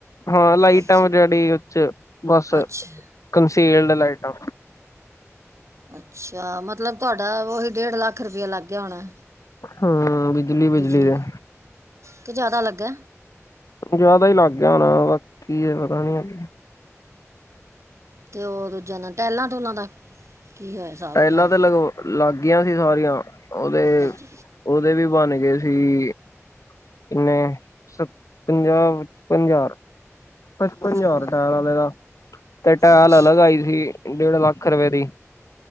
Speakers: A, on the left; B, on the right.
A: ਹਾਂ ਲਾਈਟਾ
B: ਅੱਛਾ
A: ਜਿਹੜੀ ਉੱਚ ਚ ਬੱਸ
B: ਅੱਛਾ
A: ਕਨਸੀਲਡ ਲਾਈਟਾਂ
B: ਅੱਛਾ ਮਤਲਬ ਤੁਹਾਡਾ ਉਹੀ ਲੱਖ ਰੁਪਇਆ ਲੱਗ ਗਿਆ ਹੋਣਾ
A: ਹਾਂ ਬਿਜਲੀ-ਬਿਜਲੀ
B: ਬਿਜਲੀ
A: ਦੇ
B: ਕਿ ਜ਼ਿਆਦਾ ਲੱਗਾ
A: ਜਿਆਦਾ ਹੀ ਲੱਗ ਗਿਆ ਹੋਣਾ, ਕੀ ਹੈ ਪਤਾ ਨੀ ਅੱਗੇ
B: ਤੇ ਉਹ ਦੂਜੇ ਨਾਲ ਟਾਇਲਾਂ ਟੂਲਾਂ ਦਾ ਕੀ ਹੋਇਆ ਹਿਸਾਬ
A: ਟਹਿਲਾਂ
B: ਕਿਤਾਬ
A: ਤੇ ਲਗ ਲੱਗ ਗੀਆਂ ਸੀ ਸਾਰੀਆਂ, ਉਹਦੇ-
B: ਅੱਛ
A: ਉਹਦੇ ਵੀ ਬਨ ਗਏ ਸੀ। ਅ ਕਿੰਨੇ ਸ ਪੰਜਾਹ ਵਿੱਚ ਪੰਜਾਰ ਪੱਚਪਨ
B: ਪਚਪਨ
A: ਹਜ਼ਾਰ ਟਾਇਲ ਆਲੇ ਦਾ ਤੇ ਟਾਇਲ
B: ਅੱਛਾ
A: ਅਲੱਗ ਆਈ ਸੀ। ਡੇਢ ਲੱਖ ਰੁਪਏ ਦੀ